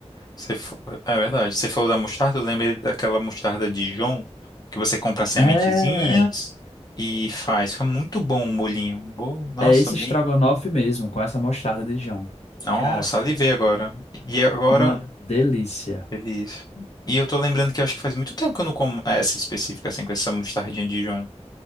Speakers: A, on the left (about 35°); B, on the left (about 70°).
A: você, fa- é verdade, você falou da mostarda, eu lembrei daquela mostarda Dijon, que você compra as sementezinhas
B: É,
A: e faz, fica muito bom o molhinho, Bo- nossa,
B: é esse
A: bem...
B: estrogonofe mesmo, com essa mostarda de Dijon.
A: Nossa,
B: Cara, ficou
A: alivei agora. E agora,
B: uma delícia.
A: feliz. E eu tô lembrando que eu acho que faz muito tempo que eu não como essa específica, assim, com essa mostardinha de Dijon.